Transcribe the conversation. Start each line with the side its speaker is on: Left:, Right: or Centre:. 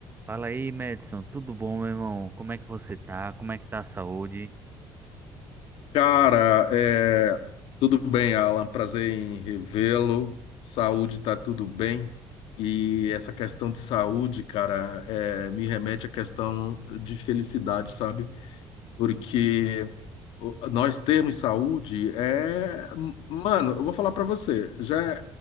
Right: Fala aí, Madison, tudo bom, meu irmão? Como é que você tá? Como é que tá a saúde?
Left: Cara, é, tudo bem, Alan. Prazer em revê-lo. Saúde tá tudo bem. E essa questão de saúde, cara, é, me remete à questão de felicidade, sabe? Porque o- nós termos saúde é, mano, eu vou falar pra você, já